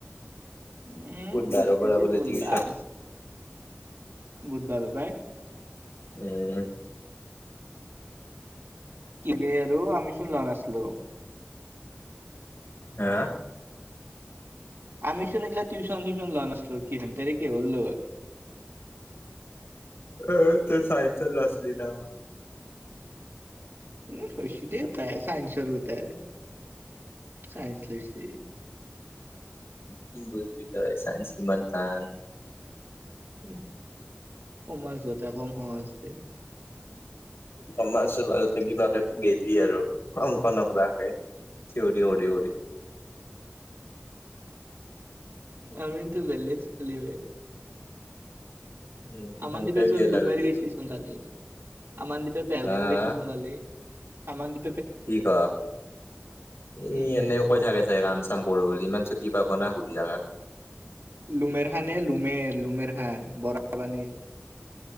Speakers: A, on the right; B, on the left.
A: উম
B: বুধবাৰৰ
A: হৈছে
B: পৰা
A: যে
B: বোলে
A: তোৰ
B: টিউচন।
A: লাজ বুধবাৰৰ পৰা।
B: উম।
A: কি বে আৰু আমি চোন লৰা আছিলো।
B: হা।
A: আমি চোন এইগিলা টিউচন চিউচন লোৱা নাছিলো কি ঘণ্টাৰে কি হল।
B: অহ চাইছে লৰা ছোৱালী না।
A: উম হৈছে দে গোটেই চাইন্সৰ গোটাই চাইন্স লৈছে।
B: কিম বুজবি তই সাইঞ্চ কিমান টান।
A: উম কমাৰ্চ গতা কম সহজ দে।
B: কমাৰ্চতে কিবাকে গেলি আৰু অংকনক ৰাখে থিয়ৰি কৰি কৰি।
A: আমিতো বেলেগ চ'লি বে।
B: উম
A: আমাৰ
B: সেনকে
A: দিপেচোন
B: গেল
A: লুমেৰ
B: আৰু জীৱন
A: গৈছি চোন কালি। আমাৰ দিপে পেলগাম
B: হা হা
A: গেছিছোন কালি। আন দি
B: কি ক এই
A: উম,
B: এনে কৈ থাকে যে কাম চাম কৰো বুলি ইমান ছুটি পাব না। বিহাৰত।
A: লুমেৰহানে লুমেৰ লুমেৰ হান বৰাবানীৰ।